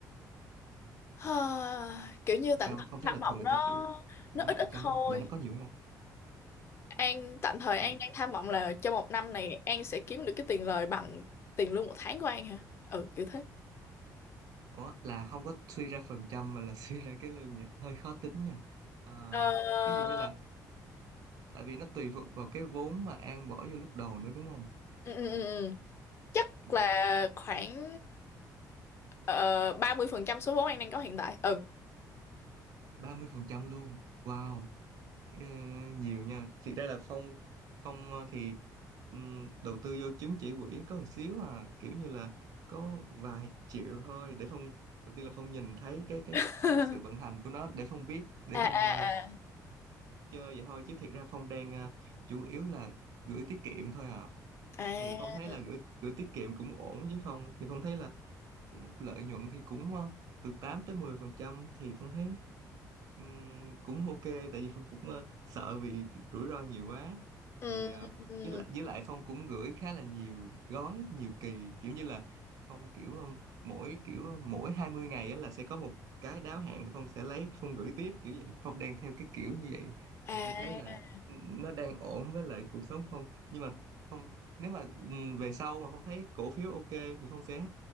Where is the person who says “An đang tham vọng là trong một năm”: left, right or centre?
Left